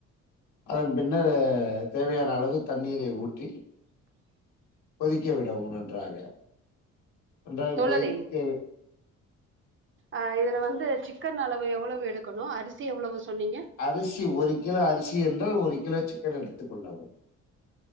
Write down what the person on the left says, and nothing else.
அதன் பின்னரு தேவயான அளவு தண்ணீரை ஊற்றி கொதிக்க விடவும் நன்றாக நன்றாக
கொதிக்க
அரிசி ஒரு கிலோ அரிசி என்றால் ஒரு கிலோ சிக்கன் எடுத்துக்கொள்ளவும்